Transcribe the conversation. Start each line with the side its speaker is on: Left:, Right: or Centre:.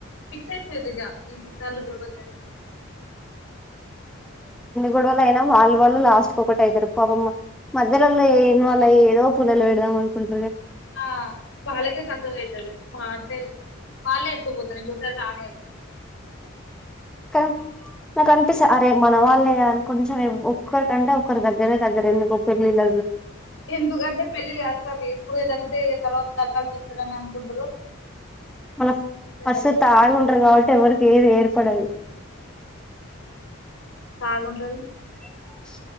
Left: ఫిక్స్ అయిపొది ఇగ ఎనిస్ చలు గొడవ జరిగి జరి జరి జరి
Centre: గొడవలఅయినా వాళ్ళు వాళ్ళు లాట్ ఒకటి అవుతారు పాపమ్ మధ్యలో ఏ వాళ్ళు ఏదో పల్లలు పెడదాం అనుకుంట
Left: ఆ వాళ్ళకే సక్కవ అవుతుది మా అంటే వాళ్ళే ఎక్కువ పోతారు ఇంకోసారి రానే ఎక్కు
Centre: కదా నాకు అనిపిస్తంది అరే మన వాళ్ళ కానీ కొంచెం ఒక్కరికంటే ఒకరి దగ్గరే దగ్గర ఎందుకు ఒక పెళ్ళిళ
Left: ఎందుక అంటే పెళ్ళిళ్ కాస్తవి ఇప్పుడు తగ్తే తర్వాత తగ్గాల్సి వంది ా అనుకుంట
Centre: మన ఫస్ట్
Left: దగ్గర
Centre: తాగి ఉంటరు కాబట్టి ఎవరికి ఏది ఏర్పడదు
Left: తాగుంటారు
Centre: ష్